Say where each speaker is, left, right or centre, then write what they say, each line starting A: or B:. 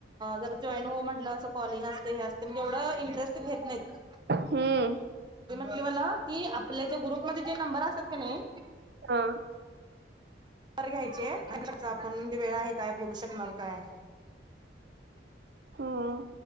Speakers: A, on the right (about 25°); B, on the right (about 60°).
A: ज जॉईन हो म्हटलं अस कॉलिंग असते अस म्हणजेवढं इंटरेस्ट घेत नाहीत
B: हम्म
A: मला की आपल्या ग्रुपमध्ये जे नंबर असत का नाही
B: हा
A: बर घ्यायचे आणि आपणे वेळ आहे काय बोलू शकणार काय
B: हम्म